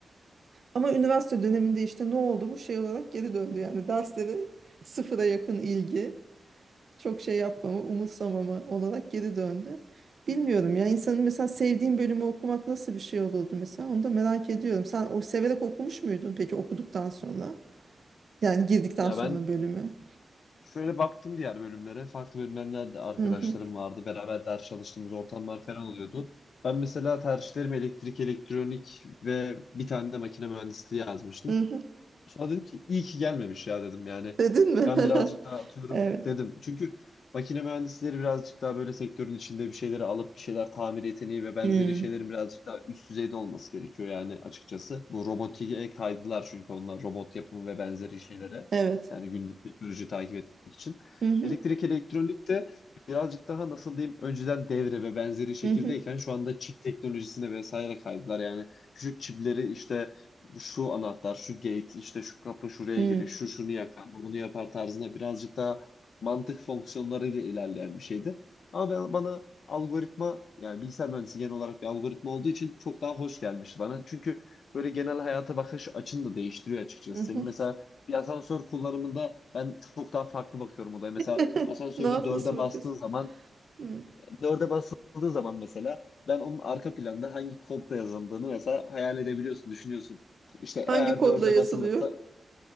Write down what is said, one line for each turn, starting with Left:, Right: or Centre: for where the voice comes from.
Right: Ama üniversite döneminde işte ne oldu bu şey olarak geri döndü yani derslere sıfıra yakın ilgi çok şey yapmama, umutsamama olarak geri döndü. Bilmiyorum ya insanın mesela sevdiğin bölümü okumak nasıl bir şey olurdu mesela onu da merak ediyorum. Sen o severek okumuş muydun peki okuduktan sonra? Yani girdikten
Left: Ya
Right: sonra
Left: ben
Right: bölümü.
Left: Şöyle baktım diğer bölümlere. Farklı bölümlerden de arkadaşlarım
Right: Hı hı.
Left: vardı. Beraber ders çalıştığımız ortamlar falan oluyordu. Ben mesela tercihlerimi elektrik, elektronik ve bir tane de makine mühendisliği yazmıştım.
Right: Hı hı.
Left: Sonra dedim ki iyi ki gelmemiş ya dedim yani.
Right: Dedin mi?
Left: Ben birazcık
Right: <laughs>
Left: daha atıyorum
Right: Evet.
Left: dedim. Çünkü makine mühendisleri birazcık daha böyle sektörün içinde bir şeyleri alıp bir şeyler tamir yeteneği ve benzeri
Right: Hı hı.
Left: şeylerin birazcık daha üst düzeyde olması gerekiyor yani açıkçası. Bu robotiğe kaydılar çünkü onlar robot yapımı ve benzeri şeylere.
Right: Evet.
Left: Yani günlük teknoloji takip etmek için.
Right: Hı hı.
Left: Elektrik elektronik de birazcık daha nasıl diyeyim önceden devre ve benzeri şekildeyken
Right: Hı hı.
Left: şu anda çip teknolojisine vesaire kaydılar. Yani küçük çipleri işte bu şu anahtar, şu gate, işte şu kapı şuraya
Right: Hı
Left: girir, şu şunu yakar, bu bunu yapar tarzında birazcık daha mantık fonksiyonlarıyla ilerleyen bir şeydi. Ama ben, bana algoritma yani bilgisayar mühendisi genel olarak bir algoritma olduğu için çok daha hoş gelmişti bana. Çünkü böyle genel hayata bakış açını da değiştiriyor açıkçası.
Right: hı. hı.
Left: Senin mesela bir asansör kullanımında ben çok daha farklı bakıyorum olaya. Mesela
Right: <laughs>
Left: asansörde
Right: Nasıl
Left: dörde
Right: nasıl bakıyorsun?
Left: bastığın zaman
Right: Hı.
Left: dörde basıldığı zaman mesela ben onun arka planda hangi kodla yazıldığını mesela hayal edebiliyorsun, düşünüyorsun. İşte
Right: Hangi
Left: eğer
Right: kodla
Left: dörde
Right: yazılıyor?
Left: basılırsa